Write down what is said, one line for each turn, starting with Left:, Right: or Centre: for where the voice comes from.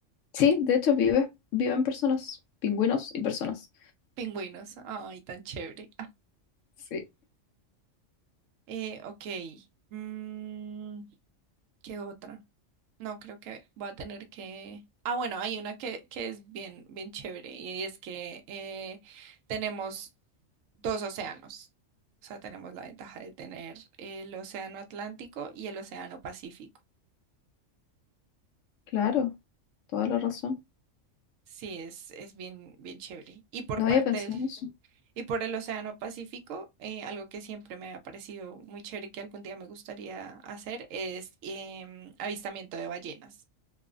Left: Sí, de hecho vive, viven personas, pingüinos y personas.
Right: Pingüinos. Ay, tan chévere. Ah,
Left: Sí,
Right: Eh, ok. Mm, ¿qué otra? No, creo que voy a tener que... Ah, bueno, hay una que, que es bien, bien chévere y es que eh, tenemos dos océanos. O sea, tenemos la ventaja de tener el océano Atlántico y el océano Pacífico.
Left: claro, toda la razón.
Right: Sí, es, es bien, bien chévere. Y por
Left: No
Right: parte
Left: había pensado
Right: del,
Left: en eso.
Right: y por el océano Pacífico, eh, algo que siempre me ha parecido muy chévere que algún día me gustaría hacer es em, avistamiento de ballenas.